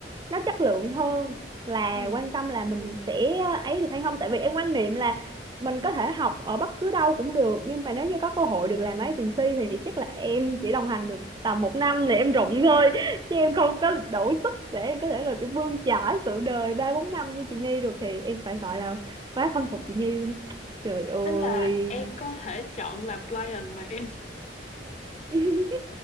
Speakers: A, on the right (about 25°); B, on the left (about 40°).
A: nó chất lượng hơn là
B: Ừ.
A: quan tâm là mình sẽ ấy được hay không tại vì em quan niệm là mình có thể học ở bất cứ đâu cũng được nhưng mà nếu như có cơ hội được làm agency thì chắc là em chỉ đồng hành được tầm một năm là em rụng thôi chứ em không có đủ sức để em có thể là cái bươn chải sự đời ba bốn năm như chị Nhi được thì em phải gọi là quá khâm phục chị Nhi luôn trời ơi
B: Tức là em có thể chọn là client mà em
A: <laughs>